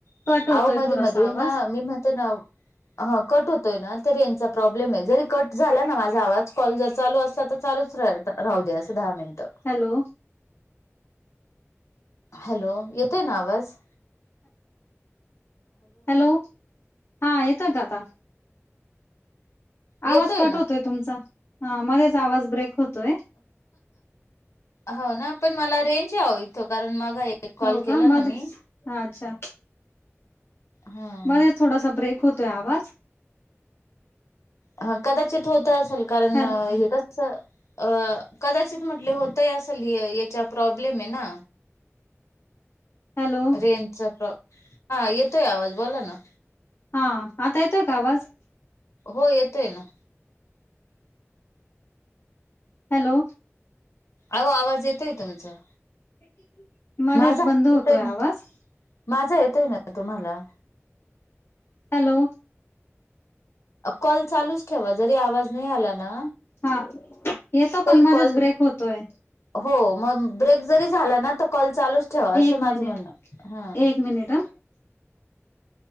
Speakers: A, on the left; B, on the left.
A: कट होतोय
B: आह मध्ये
A: थोडासा
B: मध्ये
A: आवाज
B: ना मी म्हणते ना. ह कट होतोय ना तर यांचा प्रॉब्लेम आहे जरी कट झाला ना माझा आवाज कॉल जर चालू असला तर. चालूच रा राहू दे असं दहा मिनिटं.
A: हॅलो.
B: हॅलो येतोय ना आवाज.
A: हॅलो हा येतोय काता. आवाज
B: येतोय
A: कट
B: ना?
A: होतोय तुमचा हा मध्येच आवाज ब्रेक होतोय.
B: हो ना पण मला हो रेंज आहे हित मागा एक कॉल
A: हो का
B: केला ना
A: मध्येच
B: मी.
A: अच्छा.
B: हा.
A: मध्ये थोडासा ब्रेक होतोय आवाज.
B: हा कदाचित होत असेल कारण
A: हॅलो
B: हेेत. अ कदाचित म्हटले होतंय असल याचा प्रॉब्लेम आहे ना.
A: हॅलो
B: रेंजचा प्र हा येतोय आवाज बोला ना.
A: हा आता येतोय का आवाज.
B: हो येतोय ना.
A: हॅलो.
B: अहो आवाज येतोय तुमचा.
A: <inaudible>
B: माझा
A: बंद होतोय
B: येत आहे
A: आवाज
B: ना माझं येत आहे ना तुम्हाला.
A: हॅलो.
B: कॉल चालूच ठेवा जरी आवाज. नाही आला ना
A: हा येतो
B: तरी
A: पण मध्येच
B: कॉल.
A: ब्रेक होतोय
B: हो मग ब्रेक जरी झाला ना तर कॉल चालूच ठेवा असं
A: एक
B: माझं
A: मिनिट
B: म्हणणं ह्.
A: एक मिनिट.